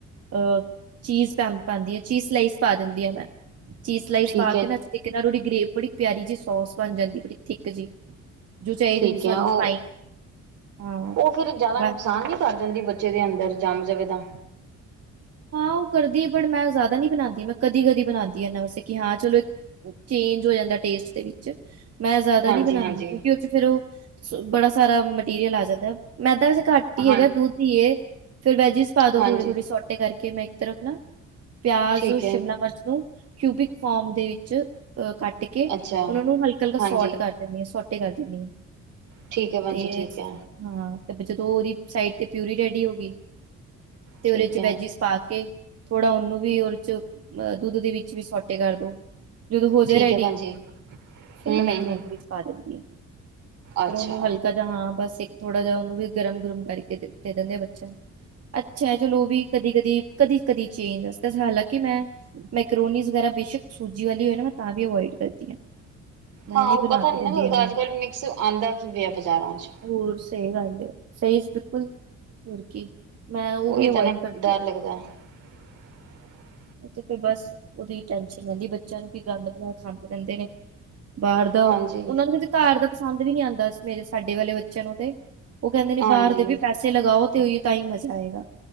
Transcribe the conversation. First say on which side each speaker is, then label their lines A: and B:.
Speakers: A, on the right; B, on the right.
A: ਅਹ ਚੀਜ਼ ਪ ਪਾਂਦੀ ਆ ਚੀਜ਼ ਸਲਾਈਸ ਪਾ ਦਿੰਦੀ ਆ ਮੈਂ ਚੀਜ਼ ਸਲਾਈਸ
B: ਠੀਕ
A: ਪਾ
B: ਐ,
A: ਕੇ ਨਾ ਤਰੀਕੇ ਨਾਲ ਉਹਦੀ ਗ੍ਰੇਵੀ ਬੜੀ ਪਿਆਰੀ ਜੀ ਸੋਸ ਬਣ ਜਾਂਦੀ ਬੜੀ ਥਿੱਕ ਜੀ। ਜੋ ਚਾਹੀਦੀ
B: ਠੀਕ
A: ਹੁੰਦੀ ਸਾਨੂੰ
B: ਐ
A: ਫਾਈਨ
B: ਓ
A: ਹਾਂ
B: ਓ ਫੇਰ ਜ਼ਿਆਦਾ
A: ਬ
B: ਨੁਕਸਾਨ ਨੀ ਕਰ ਜਾਂਦੀ ਬੱਚੇ ਦੇ ਅੰਦਰ ਜੰਮ ਜਾਵੇ ਤਾਂ।
A: ਹਾਂ ਓ ਕਰਦੀ ਬੱਟ ਮੈਂ ਜ਼ਿਆਦਾ ਨੀ ਬਣਾਂਦੀ, ਮੈਂ ਕਦੀ ਕਦੀ ਬਣਾਂਦੀ ਇਨਾ ਵਾਸਤੇ ਕਿ ਹਾਂ ਚਲੋ। ਚੇਂਜ ਹੋ ਜਾਂਦਾ ਟੇਸਟ ਦੇ ਵਿੱਚ ਮੈਂ ਜ਼ਿਆਦਾ
B: ਹਾਂਜੀ-ਹਾਂਜੀ,
A: ਨੀ ਬਣਾਂਦੀ ਕਿਉਂਕਿ ਉਹ ਚ ਫੇਰ ਉਹ ਬੜਾ ਸਾਰਾ ਮਟੀਰੀਅਲ ਆ ਜਾਂਦਾ ਮੈਦਾਂ ਵੇਸੇ ਘੱਟ ਹੀ
B: ਹਾਂ,
A: ਹੈਗਾ ਦੁੱਧ ਹੀ ਏ ਫਿਰ ਵੈਜਿਸ ਪਾ ਦੋ
B: ਹਾਂਜੀ
A: ਥੋੜੇ ਥੋੜੇ ਸੋਟੇ ਕਰਕੇ ਮੈਂ ਇੱਕ ਤਰਫ ਨਾ ਪਿਆਜ
B: ਠੀਕ
A: ਸ਼ਿਮਲਾ
B: ਐ,
A: ਮਿਰਚ ਨੂੰ ਕਿਊਬਿਕ ਫੋਮ ਦੇ ਵਿੱਚ ਅ ਕੱਟ ਕੇ
B: ਅੱਛਾ।
A: ਉਹਨਾ ਨੂੰ ਹਲਕਾ, ਹਲਕਾ ਸੋਟ
B: ਹਾਂਜੀ,
A: ਕਰ ਸੋਟੇ ਕਰ ਦਿੰਦੀ ਹਾਂ
B: ਠੀਕ ਐ ਭੈਣ
A: ਤੇ
B: ਜੀ, ਠੀਕ ਐ,
A: ਹਾਂ ਤੇ ਜਦੋਂ ਉਹਦੀ ਸਾਈਡ ਤੇ ਪਿਊਰੀ ਰੈਡੀ ਹੋ ਗਈ, ਤੇ
B: ਠੀਕ
A: ਉਹਦੇ ਚ
B: ਐ,
A: ਵੈਜ ਪਾ ਕੇ ਥੋੜਾ ਉਹਨੂੰ ਵੀ ਉਹਦੇ ਚ ਅਹ ਦੁੱਧ ਦੇ ਵਿੱਚ ਵੀ ਸੋਟੇ ਕਰ ਦੋ। ਜਦੋਂ ਹੋ ਜੇ
B: ਠੀਕ
A: ਰੈਡੀ
B: ਐ ਭੈਣ ਜੀ।
A: ਫਿਰ
B: ਹੂੰ-ਹੂੰ-ਹੂੰ,
A: ਮੈਕਰੋਨੀ ਵਿੱਚ ਪਾ ਦਿੰਦੀ ਹਾਂ
B: ਅੱਛਾ,
A: ਫਿਰ ਉਹਨੂੰ ਹਲਕਾ ਜਾਂ ਹਾਂ ਬਸ ਇੱਕ ਥੋੜਾ ਜਿਹਾ ਉਹਨੂੰ ਵੀ ਗਰਮ ਗੁਰਮ ਕਰਕੇ ਦੇ ਦਿੱਤੇ ਆ ਬੱਚਿਆਂ ਨੂੰ ਅੱਛਾ ਚਲੋ ਉਹ ਵੀ ਕਦੀ, ਕਦੀ, ਕਦੀ, ਕਦੀ ਚੇਂਜ ਹਾਲਾਂਕਿ ਮੈਂ ਮੈਕਰੋਨੀ ਵਰਾ ਬੇਸ਼ਕ ਸੂਜੀ ਵਾਲੀ ਹੋ ਨਾ ਮੈਂ ਵੀ ਅਵਇਡ ਕਰਦੀ ਹਾਂ। ਮੈਂ
B: ਹਾਂ ਉਹ
A: ਬਣਾ
B: ਪਤਾ ਨੀ
A: ਕੇ ਦਿੰਦੀ
B: ਲੱਗਦਾ
A: ਇਹਨਾਂ
B: ਅੱਜ
A: ਨੂੰ
B: ਕੱਲ ਮਿਕਸ ਆਉਂਦਾ ਕੀ ਪਿਆ ਬਜ਼ਾਰਾਂ ਚ
A: ਹੋਰ ਸਹੀ ਗੱਲ ਹੈ, ਸਹੀ ਬਿਲਕੁਲ ਹੋਰ ਕੀ ਮੈਂ ਉਹ
B: ਉਹੀ
A: ਵੀ ਅਵੋਇਡ
B: ਤਾਂ ਨਾ
A: ਕਰ
B: ਡਰ ਲੱਗਦਾ ਏ। <inaudible>
A: ਉਹ ਤੇ ਫਿਰ ਬਸ ਉਹਦੀ ਟੈਨਸ਼ਨ ਰਹਿੰਦੀ ਬੱਚਿਆਂ ਨੂੰ ਕੀ ਗੰਦ ਬਣਾ ਕੇ ਖਾਂਦੇ ਰਹਿੰਦੇ ਨੇ ਬਾਹਰ ਦਾ
B: ਹਾਂਜੀ
A: ਉਹਨਾਂ ਨੂੰ ਘਰ ਦਾ ਪਸੰਦ ਵੀ ਨੀ ਆਉਂਦਾ ਮੇਰੇ ਸਾਡੇ ਵਾਲੇ ਬੱਚਿਆਂ ਨੂੰ ਤੇ ਉਹ ਕਹਿੰਦੇ ਨੇ
B: ਹਾਂਜੀ
A: ਬਾਹਰ ਦੇ ਵੀ ਪੈਸੇ ਲਗਾਓ ਤੇ ਉਹੀ ਤਾਂ ਹੀ ਮਜ਼ਾ ਆਏਗਾ